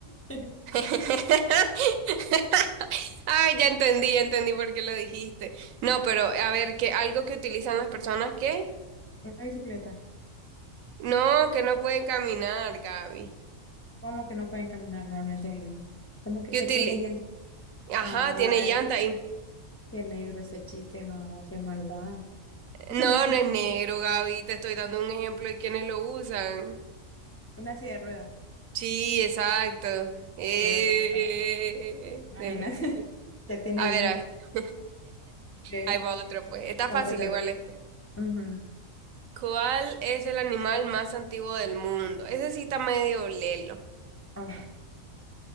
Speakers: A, on the left; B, on the right.
A: <laughs>
B: <laughs> Ay, ya entendí, ya entendí por qué lo dijiste. No, pero a ver, que algo que utilizan las personas que
A: Una bicicleta.
B: no, que no pueden caminar, Gaby.
A: ¿Cómo que no pueden caminar? No, no entendí. ¿Cómo que
B: Que
A: qué
B: utili
A: tiene llantas?
B: Ajá,
A: Ay.
B: tiene llanta ahí.
A: Qué negro ese chiste, no, qué maldad. <laughs>
B: No, no es negro, Gaby. Te estoy dando un ejemplo de quienes lo usan.
A: Una silla de ruedas.
B: Sí, exacto. Eh,
A: Por esa, pero imagínate
B: debe-
A: <laughs> que tiene
B: A
A: llantas
B: ver, a- <laughs>
A: de
B: ahí va otro, pues. Está
A: carpeta.
B: fácil igual este.
A: Ujú.
B: ¿Cuál es el animal más antiguo del mundo? Ese sí está medio lelo.
A: Ah,